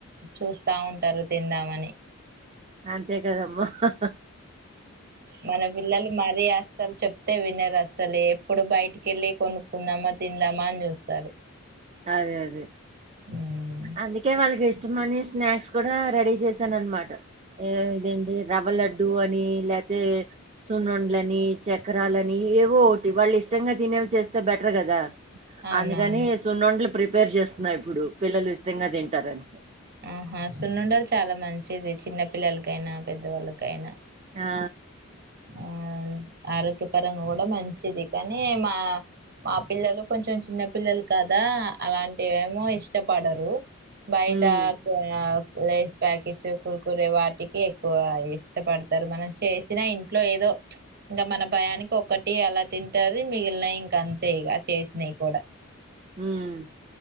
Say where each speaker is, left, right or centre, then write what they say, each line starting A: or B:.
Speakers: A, on the right; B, on the right.
A: చూస్తా ఉంటారు తిందామని
B: అంతే కదమ్మా ఓహో
A: మన పిల్లలు మరీ అస్సల్ చెప్తే వినార అసల్ ఎప్పుడు బయటికి వెళ్ళి కొనుక్కుందామా తిందామా అని చూస్తారు
B: అదే అదే
A: ఉమ్.
B: అందుకే వాళ్ళకి ఇష్ట ఇష్టమని స్నాక్స్ కూడా రెడీ చేశాను అనమాట ఇదేంది రవ్వ లడ్డ్ అని ల్యాతే సున్నుండలు అని చక్రాలని ఏవో ఒకటి వాళ్ళు ఇష్టంగా తినే ఇంట్లో చేస్తే బెటర్ కదా
A: అవునవును
B: అందుకని సున్నుండలు ప్రిపేర్ చేస్తున్నా ఇప్పుడు పిల్లలు ఇష్టంగా తింటారని
A: ఆహా సున్నుండలు చాలా మంచిది చిన్న పిల్లలకైనా పెద్దవాళ్ళకైనా
B: ఆ
A: ఆ ఆరోగ్య పరంగా కూడా మంచిది కానీ మా మా పిల్లలు కొంచెం చిన్న పిల్లలు కదా అలాంటి ఏమో ఇష్టపడరు బయటా
B: హ్మ్.
A: ఆ కు లేస్ ప్యాకెట్స్ కురుకురే వాటికి ఎక్కువ ఇష్టపడతారు మనం చేసిన ఇ ఇంట్లో ఏదో ఇంకా మన భయానికి ఒక్కటి అలా తింటారు మిగిలినయి ఇంక అంతే ఇక చేసినాయి కూడా
B: ఉమ్